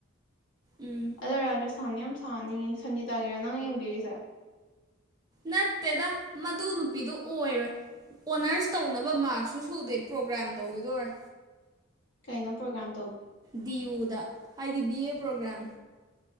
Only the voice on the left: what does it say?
ꯑꯗꯣ ꯔꯥꯖꯁꯊꯥꯟ ꯌꯥꯝ ꯁꯥꯅꯤ ꯁꯪꯒꯤꯖꯤꯇꯥꯒꯤꯔꯥ ꯅꯪ ꯌꯦꯡꯕꯤꯔꯤꯁꯦ
ꯀꯩꯅꯩꯅꯣ ꯄꯣꯒ꯭ꯔꯝ